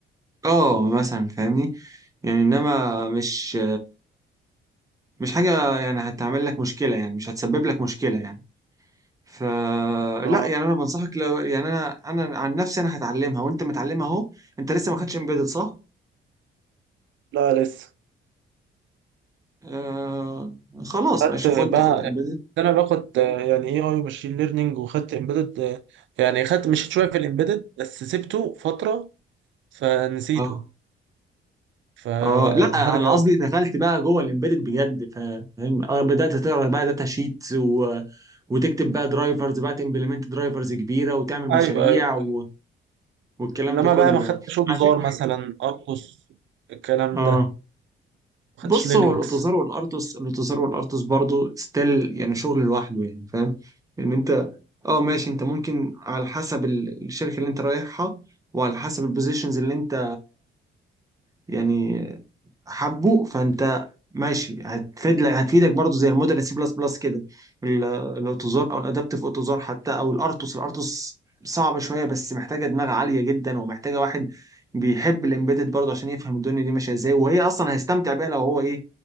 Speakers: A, on the right; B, on the right.
A: اه مثلا فاهمني يعني انما مش مش حاجه يعني هتعمل لك مشكله يعني مش هتسبب لك مشكله يعني فلا
B: اه
A: يعني انا بنصحك لو يعني انا انا عن نفسي انا هتعلمها وانت متعلمها اهو انت لسه ما خدتش امبيدد صح؟
B: لا لسه
A: آه خلاص
B: خدت
A: ماشي خد
B: بقى
A: خد امبيدد
B: انا باخد آه، يعني اي اي ماشين ليرنينج وخدت امبيدد يعني خدت مشيت شويه في الامبيدد بس سبته فتره فنسيته
A: اه
B: فهرجع
A: اه لا انا قصدي دخلت بقى جوه الامبيدد بجد فا- فاهم اه بدات تقرا بقى داتا شيت و... وتكتب بقى درايفرز بقى تمبلمنت درايفرز كبيره وتعمل مشاريع
B: ايوه ايوه
A: و...
B: أيوة.
A: والكلام
B: انما
A: ده كله
B: بقى ما خدتش
A: يعني
B: انذار
A: على فكره
B: مثلا ارقص الكلام
A: اه
B: ده ما
A: بص
B: خدتش لينكس
A: هو الاوتوزار والارتوس الاوتوزار والارتوس برضو ستيل يعني شغل لوحده يعني فاهم ان انت اه ماشي انت ممكن على حسب ال- الشركه اللي انت رايحها وعلى حسب البوزيشنز اللي انت يعني حبه فانت ماشي هتفيد لك هتفيدك برضه زي المودرن سي بلس بلس كده ال- الاوتوزار او الادابتيف اوتوزار حتى او الارتوس الارتوس صعبه شويه بس محتاجه دماغ عاليه جدا ومحتاجه واحد بيحب الامبيدد برضه عشان يفهم الدنيا دي ماشيه ازاي وهي اصلا هيستمتع بيها لو هو ايه